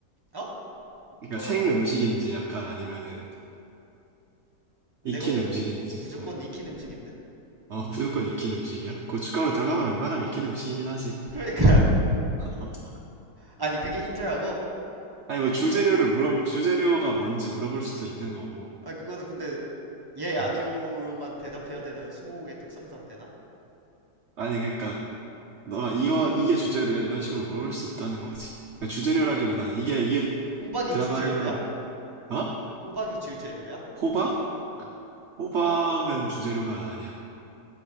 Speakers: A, on the right (about 25°); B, on the right (about 70°).
A: 어?
B: 그러니까
A: 뭐라고?
B: 생 음식인지 약간 아니면은
A: 내가
B: 익힌
A: 보기
B: 음식인지.
A: 무조건
B: 어,
A: 익힌 음식인데?
B: 어, 무조건 익힌 음식이야? 고춧가루 들어가면 웬만하면 익힌 음식이긴 하지.
A: 그러니까 <laughs>
B: 어.
A: 아니 그게 힌트라고?
B: 아니 뭐 주재료를 물어 주재료가 뭔지 물어볼 수도 있는 거고.
A: 아 그거는 근데 예 아니오로만
B: 응.
A: 대답해야 되는 스무고개 특성상 되나?
B: 아니 그러니까 너가 이거 이게 주재료야 이런 식으로 물어볼 수 있다는 거지.
A: 어.
B: 그러니까 주재료라기보다는 이게 이게
A: 호박이
B: 들어가요로
A: 주재료야?
B: 어?
A: 호박이 주재료야?
B: 호박?
A: 호박. 어.
B: 호박은 주재료가 아니야.